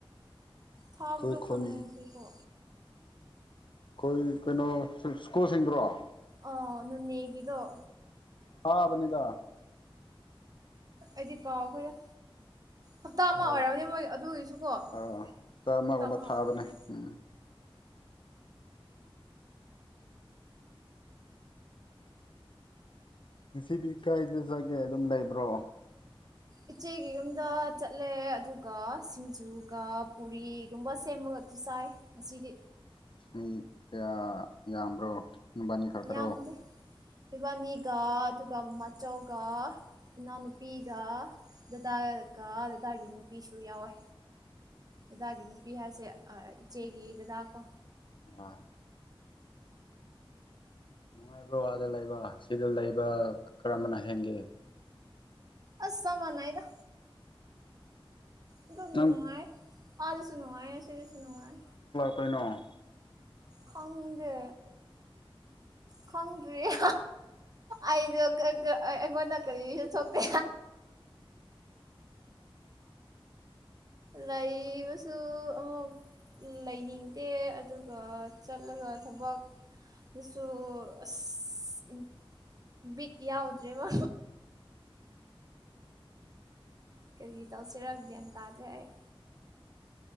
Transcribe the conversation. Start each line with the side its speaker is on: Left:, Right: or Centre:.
Right: ꯊꯥꯕꯗꯣ
Left: ꯑꯈꯣꯏ ꯈꯨꯟ
Right: ꯈꯪꯗꯦꯀꯣ
Left: ꯑꯈꯣꯏ ꯀꯩꯅꯣ ꯏꯁ꯭ꯀꯨꯜꯁꯤꯡꯗꯨꯔꫭ
Right: ꯑ ꯅꯨꯅꯦꯒꯤꯗꫭ
Left: ꯇꯥꯕꯅꯤꯗ
Right: ꯑꯩꯗꯤ ꯀꯥꯎꯈꯔꯦꯗ ꯍꯞꯇꯥ ꯑꯃ
Left: ꯊꯥ
Right: ꯑꯣꯏꯔꯝꯅꯤ ꯃꯣꯏ ꯑꯗꯨꯒꯤꯁꯨꯀꯣ ꯍꯞꯇꯥ
Left: ꯑꯥ ꯇꯔꯥꯃꯒꯨꯝꯕ
Right: ꯑꯃ
Left: ꯊꯥꯕꯅꯦ
Right: ꯑꯣꯏꯝꯅꯤ
Left: <inaudible> ꯉꯁꯤꯗꯤ ꯀꯥꯏꯗ ꯆꯪꯉꯦ ꯑꯗꯨꯝ ꯂꯩꯕ꯭ꯔꯣ
Right: ꯏꯆꯦꯒꯤ ꯌꯨꯝꯗ ꯆꯠꯂꯦ ꯑꯗꯨꯒ ꯁꯤꯡꯖꯨꯒ ꯄꯨꯔꯤꯒꯨꯝꯕ ꯁꯦꯝꯃꯒ ꯆꯥꯏ ꯉꯁꯤꯗꯤ
Left: ꯃꯤ ꯀꯌꯥ ꯌꯥꯝꯕ꯭ꯔꯣ ꯅꯨꯕꯥꯅꯤ ꯈꯛꯇꯔꯣ
Right: ꯌꯥꯝꯗꯦ ꯏꯕꯥꯅꯤꯒ
Left: ꯎꯝ
Right: ꯑꯗꯨꯒ ꯃꯆꯧꯒ ꯏꯅꯥꯎꯅꯨꯄꯤꯒ
Left: ꯑꯣ
Right: ꯗꯗꯥ ꯀꯥ ꯗꯗꯥꯏꯒꯤ ꯅꯨꯄꯤꯁꯨ ꯌꯥꯎꯋꯦ ꯗꯗꯥꯒꯤ ꯅꯨꯄꯤ ꯍꯥꯏꯁꯦ ꯑ ꯏꯆꯦꯒꯤ ꯗꯗꯥꯀꯣ
Left: ꯑ ꯅꯨꯡꯉꯥꯏꯕ꯭ꯔꯣ ꯑꯗ ꯂꯩꯕ ꯁꯤꯗ ꯂꯩꯕ ꯀꯔꯝꯕꯅ ꯍꯦꯟꯒꯦ
Right: ꯑꯁ ꯆꯞ ꯃꯥꯟꯅꯩꯗ ꯑꯗꯨꯝ
Left: ꯅꯪ
Right: ꯅꯨꯡꯉꯥꯏꯑꯦ ꯑꯗꯁꯨ ꯅꯨꯡꯉꯥꯏꯑꯦ ꯁꯤꯗꯁꯨ ꯅꯨꯡꯉꯥꯏ
Left: ꯀꯩꯅꯣ
Right: ꯈꯪꯗꯦ ꯈꯪꯗ꯭ꯔꯤꯑꯦ ꯑꯩꯖꯨ ꯀ ꯀ ꯑꯩꯉꯣꯟꯗ ꯀꯔꯤꯁꯨ ꯊꯣꯛꯇꯦ ꯂꯩꯥꯕꯁꯨ ꯑꯃꯨꯛ ꯂꯩꯅꯤꯡꯗꯦ ꯑꯗꯨꯒ ꯆꯠꯂꯒ ꯊꯕꯛ ꯑꯗꯨꯁꯨ ꯑꯁ ꯕꯤꯠ ꯌꯥꯎꯗ꯭ꯔꯦꯕ
Left: <inaudible> <inaudible>
Right: ꯀꯔꯤ ꯇꯧꯁꯤꯔꯥ ꯒ꯭ꯌꯥꯟ ꯇꯥꯗ꯭ꯔꯦ ꯑꯩ